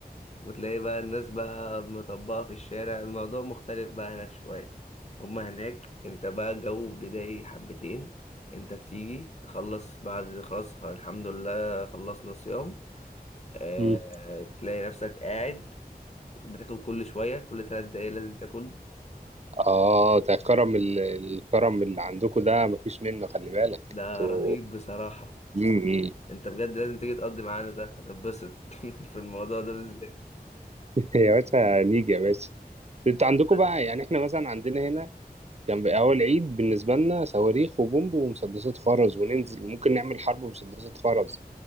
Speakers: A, on the left (about 45°); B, on the right (about 40°).
A: وتلاقي بقى الناس بقى مطبقة في الشارع الموضوع مختلف بقى هناك شوية هما هناك انت بقى جو بداية حبتين انت بتيجي تخلص بعد خلاص خ- الحمد لله خلصنا صيام آه
B: مم.
A: تلاقي نفسك قاعد بتاكل كل شوية كل تلات دقايق لازم تاكل
B: اه ده كرم ال- الكرم اللي عندكم ده مفيش منه خلي بالك
A: ده
B: انتوا
A: رهيب بصراحة
B: مم. <laughs> مم.
A: انت بجد لازم تيجي تقضي معانا ده هتتبسط <laughs> في الموضوع ده بالذات
B: يا باشا نيجي يا باشا انت عندكم
A: هذا.
B: بقى يعني احنا مثلا عندنا هنا كان بقى اول عيد بالنسبه لنا صواريخ وبومب ومسدسات خرز وننزل ممكن نعمل حرب ومسدسات خرز